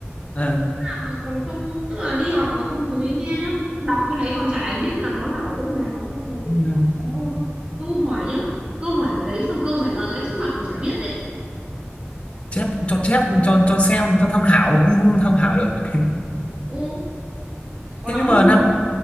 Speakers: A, on the left (about 25°); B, on the right (about 25°).
A: Ờ,
B: đứa nào mà còn không tức là đi học mà không chú ý nghe nhá đọc cái đấy còn chả ai biết là nó là ở chỗ nào xong rồi
A: ừ.
B: ở đâu cơ câu hỏi nhá câu hỏi ở đấy xong câu trả lời ngay trước mặt còn chả biết đấy
A: chép cho chép cho cho xem cho tham khảo cũng không tham khảo được <laughs>
B: ừ, khó
A: thế
B: lắm
A: nhưng mà
B: luôn
A: năm